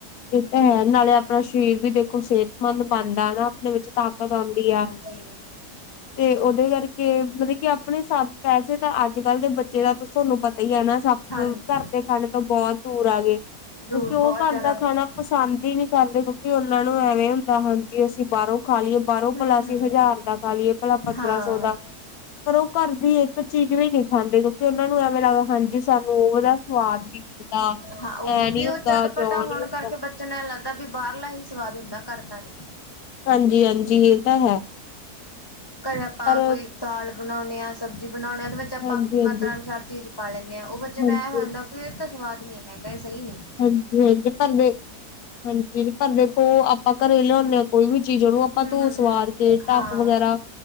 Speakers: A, on the left; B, on the left.
A: ਏ ਤਾਂ ਹੈ, ਨਾਲੇ ਆਪਣਾ ਸ਼ਰੀਰ ਵੀ ਦੇਖੋ ਸਿਹਤਮੰਦ ਬਨਦਾ ਨਾ ਅਪਨੇ ਵਿੱਚ ਤਾਕਤ ਆਂਦੀ ਆ।
B: ਜੀ।
A: <inaudible> ਤੇ ਉਹਦੇ ਕਰਕੇ, ਮਤਲਬ ਕਿ ਆਪਣੇ ਹਿਸਾਬ ਪੈਸੇ ਤਾਂ ਅੱਜ-ਕੱਲ ਦੇ ਬੱਚੇ ਦਾ ਤੁਹਾਨੂੰ ਪਤਾ ਹੀ, ਆ ਹਨਾ। ਸਭ,
B: ਹਾਂਜੀ
A: ਘਰ ਦੇ ਖਾਣੇ ਤੋਂ ਬਹੁਤ ਦੂਰ ਆ ਗਏ, ਕਿਉਂਕਿ
B: ਦੂਰ
A: ਉਹ
B: ਬਹੁਤ
A: ਘਰ
B: ਜ਼ਿਆਦਾ
A: ਦਾ
B: ਦੂਰ
A: ਖਾਣਾ
B: ਹੈ।
A: ਪਸੰਦ ਹੀਨੀ ਕਰਦੇ, ਕਿਉਂਕਿ ਓਹਨਾਂ ਨੂੰ ਐਵੇਂ ਹੁੰਦਾ, ਹਾਂਜੀ ਅਸੀ ਬਾਹਰੋਂ ਖਾਲੀਏ ਬਾਹਰੋਂ
B: ਹੂੰ
A: ਭਲਾ
B: ਹੂੰ
A: ਅਸੀ ਹਜਾਰ ਦਾ ਖਾਲੀਏ, ਭਲਾ ਪੰਦਰਾਂ-ਸੌ
B: ਹਾਂ।
A: ਦਾ। ਪਰ ਓ ਘਰ ਦੀ ਇੱਕ ਚੀਜ ਵੀ ਨੀ ਖਾਂਦੇ, ਕਿਉਂਕਿ ਓਹਨਾਂ ਨੂੰ ਐਵੇਂ ਲਗਦਾ ਹਾਂਜੀ ਤੇ ਸਾਨੂੰ ਓਹਦਾ ਸਵਾਦ ਨੀ ਮਿਲਦਾ
B: ਹਾਂ, ਓਹੀ
A: ਐ ਨੀ
B: ਬੀ
A: ਹੁੰਦਾ
B: ਓ ਚੱਟਪੱਟਾ
A: ਜੋ
B: ਹੋਣ
A: ਨੀ ਹੁੰਦਾ
B: ਕਾਰਕੇ ਬੱਚੇ ਨੂੰ ਐਂ ਲਗਦਾ ਵੀ, ਬਾਹਰਲਾ ਹੀ ਸਵਾਦ ਹੁੰਦਾ। ਘਰ ਦਾ ਨੀ।
A: ਹਾਂਜੀ-ਹਾਂਜੀ, ਏ ਤਾ ਹੈ।
B: ਘਰ ਆਪਾਂ
A: ਪਰ
B: ਕੋਈ ਦਾਲ ਬਣਾਉਂਨੇ ਆਂ ਸਬਜੀ ਬਣਾਉਣੇ ਆਂ ਓਹਦੇ ਵਿਚ ਚ ਆਪਾਂ
A: ਹਾਂਜੀ
B: ਆਪਣੀ
A: ਹਾਂਜੀ
B: ਮਾਤਰਾ ਅਨੁਸਾਰ ਚੀਜ ਪਾ ਲੈਨੇ ਆ, ਓ ਬੱਚੇ
A: ਹਾਂਜੀ
B: ਨੂੰ ਐਂ ਹੋ ਜਾਂਦਾ ਵੀ ਏ ਤਾਂ ਸਵਾਦ ਨੀ ਹੈਗਾ, ਏ ਸਈ ਨਹੀ।
A: ਹਾਂਜੀ-ਹਾਂਜੀ, ਪਰ ਵੇ, ਹਾਂਜੀ, ਪਰ ਵੇਖੋ, ਆਪਾਂ ਘਰੇ ਲਿਆਉਨੇ ਆਂ ਕੋਈ ਵੀ ਚੀਜ ਓਨੂੰ ਪਾਂ
B: ਹੂੰ
A: ਧੋ
B: ਹੂੰ
A: ਸਵਾਰ ਕੇ ਟਾੱਕ
B: ਹਾਂ।
A: ਵਗੈਰਾ।